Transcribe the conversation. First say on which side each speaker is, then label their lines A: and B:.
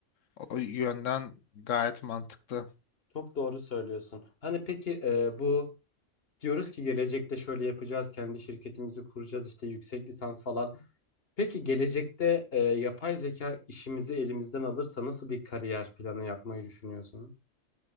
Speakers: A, on the left; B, on the left.
A: O yönden gayet mantıklı.
B: Çok doğru söylüyorsun. Hani peki e, bu diyoruz ki gelecekte şöyle yapacağız, kendi şirketimizi kuracağız işte yüksek lisans falan. Peki gelecekte e, yapay zeka işimizi elimizden alırsa nasıl bir kariyer planı yapmayı düşünüyorsun?